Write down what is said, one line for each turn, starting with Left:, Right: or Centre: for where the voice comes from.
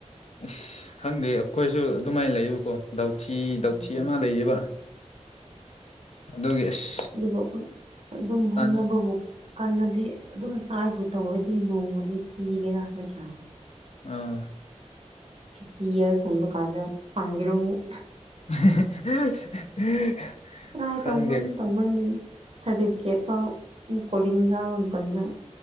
Left: ꯑꯁ ꯈꯪꯗꯦ ꯑꯩꯈꯣꯏꯁꯨ ꯑꯗꯨꯃꯥꯏꯅ ꯂꯩꯕꯀꯣ ꯗꯥꯎ ꯊꯤ ꯗꯥꯎꯊꯤ
Right: ꯎꯝ
Left: ꯑꯃ ꯂꯩꯌꯦꯕ꯫ ꯑꯗꯨꯒꯤ ꯑꯁ
Right: ꯑꯗꯨꯕꯨ ꯑꯈꯣꯏ ꯑꯗꯨꯝ ꯍꯣꯠꯅꯕꯕꯨ
Left: ꯇꯥꯟ
Right: ꯀꯜꯂꯗꯤ ꯑꯗꯨꯝ ꯆꯥꯏꯕꯨ ꯇꯧꯔꯗꯤ ꯅꯣꯡꯃꯗꯤ ꯄꯤꯒꯦꯔꯥ ꯅꯠꯇ꯭ꯔꯥ꯫
Left: ꯑꯥ꯫
Right: ꯇꯤ ꯌꯦꯔꯁ ꯀꯨꯝꯕ ꯀꯥꯟꯗ ꯐꯪꯒꯦꯔꯃꯨꯛ꯫
Left: <unintelligible>
Right: ꯇ꯭ꯔꯥꯏ
Left: ꯈꯪꯗꯦ
Right: ꯇꯧꯃꯟ ꯇꯧꯃꯟꯕꯒꯤ ꯁꯥꯔꯇꯤꯐꯤꯀꯦꯠ ꯐꯥꯎ ꯀꯣꯂꯤꯡ ꯀꯥꯕ ꯃꯇꯝꯗ꯫